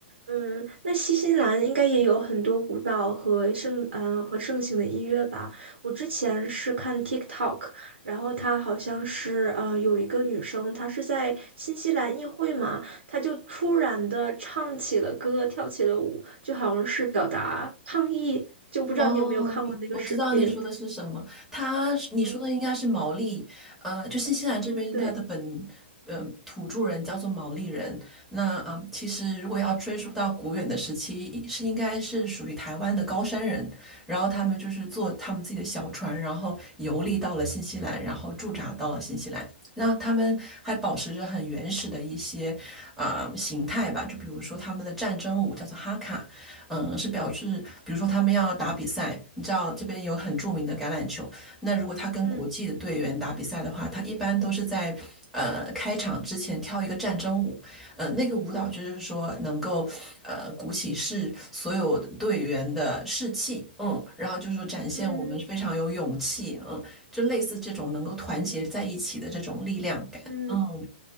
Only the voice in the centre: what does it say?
哦，我知道你说的是什么，它是你说的应该是毛利，
呃，就新西兰这边它的本呃土著人叫做毛利人，
那啊、呃其实如果要追溯到古远的时期，是应该是属于台湾的高山人，然后他们就是坐他们自己的小船，然后游历到了新西兰，然后驻扎到了新西兰。那他们还保持着很原始的一些啊、呃形态吧，就比如说他们的战争舞叫做哈卡，嗯、是表示，比如说他们要打比赛，你知道这边有很著名的橄榄球，
那如果他跟国际的队员打比赛的话，
他一般都是在呃开场之前跳一个战争舞，呃，那个舞蹈就是说能够呃鼓起士所有队员的士气，嗯，然后就是说展现我们非常有勇气，
嗯。就类似这种能够团结在一起的这种力量感，
嗯，